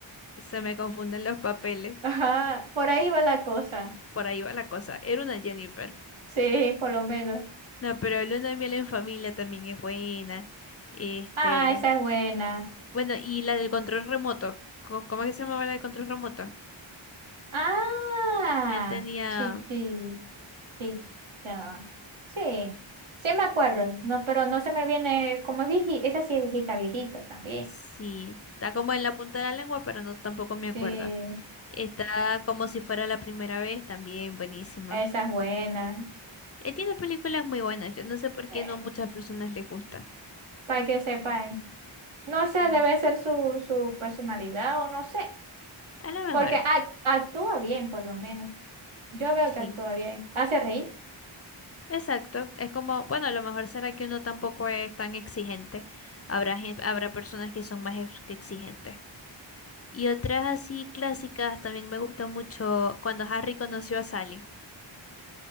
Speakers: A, on the left (about 35°); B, on the right (about 75°).
A: se me confunden los papeles.
B: ajá, por ahí va la cosa.
A: Por ahí va la cosa. Era una Jennifer.
B: Sí, por lo menos.
A: No, pero luna de miel en familia también es buena. Este,
B: Ah, esa es buena.
A: bueno, y la del control remoto. ¿Cómo, cómo es que se llamaba la del control remoto?
B: Ah,
A: Que él tenía,
B: chichi, chichi, ya va. Sí, sí me acuerdo, no, pero no se me viene como viejita, esa sí es viejita, viejita también.
A: sí, está como en la punta de la lengua, pero no tampoco me acuerdo.
B: Sí,
A: Está como si fuera la primera vez, también buenísima.
B: esa es buena.
A: Él tiene películas muy buenas. Yo no sé por
B: Eh,
A: qué no muchas personas les gusta.
B: para que sepan. No sé,
A: Y
B: debe ser su, su personalidad o no sé,
A: a lo mejor,
B: porque ac- actúa bien por lo menos. Yo veo
A: sí.
B: que actúa bien. ¿Hace reír?
A: Exacto, es como, bueno, a lo mejor será que uno tampoco es tan exigente. Habrá gen- habrá personas que son más ex- que exigentes. Y otras así clásicas también me gustó mucho cuando Harry conoció a Sally.